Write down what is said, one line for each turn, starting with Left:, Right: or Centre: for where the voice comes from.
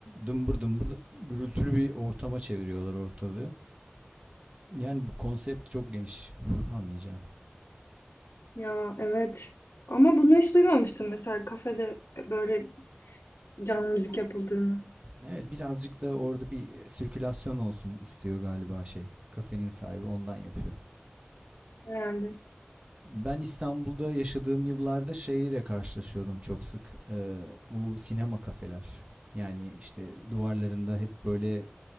Right: dımbır dımbır gürültülü bir ortama çeviriyorlar ortalığı. Yani bu konsept çok geniş <laughs> anlayacağım.
Left: Ya, evet ama bunu hiç duymamıştım mesela kafede, e, böyle canlı müzik yapıldığını
Right: Evet birazcık da orada bir sirkülasyon olsun istiyor galiba şey. Kafenin sahibi ondan yapıyor.
Left: herhâlde.
Right: Ben İstanbul'da yaşadığım yıllarda şeyle karşılaşıyordum çok sık. Ee, bu sinema kafeler. Yani işte duvarlarında hep böyle